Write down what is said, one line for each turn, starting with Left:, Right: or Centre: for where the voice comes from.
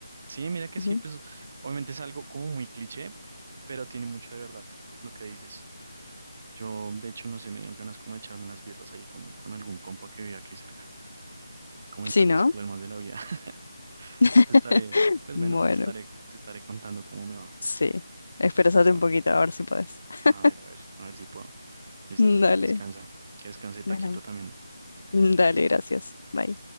Right: Sí, mira que
Left: Ujú.
Right: sí, pues obviamente es algo como muy cliché, pero tiene mucho de verdad lo que dices. Yo, de hecho, no sé, me dieron ganas como de echarme unas birras ahí con, con algún compa que vive aquí cerca, y comentar
Left: Sí,
Right: los
Left: ¿no?
Right: problemas de la vida. <laughs>
Left: <laughs>
Right: Entonces te estaré, pues
Left: Bueno,
Right: bueno, te estaré, te estaré contando cómo me va.
Left: sí. Expresate
Right: ¿Listo?
Left: un poquito, a ver si puedes. <laughs>
Right: A ver, a ver, a ver si puedo. ¿Listo?
Left: Dale.
Right: Descansa. Que descanse Taquito
Left: Bueno,
Right: también.
Left: dale, gracias. Bye.